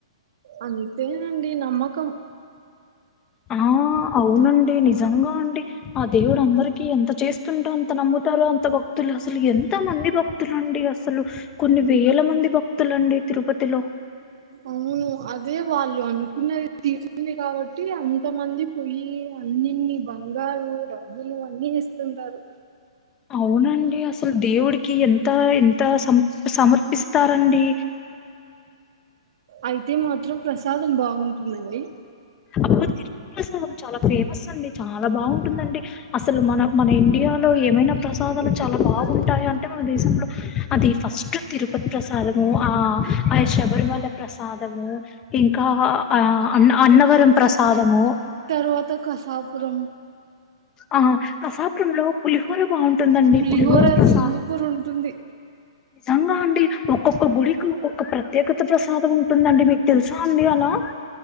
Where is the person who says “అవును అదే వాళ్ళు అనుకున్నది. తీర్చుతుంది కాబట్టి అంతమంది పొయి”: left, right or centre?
Right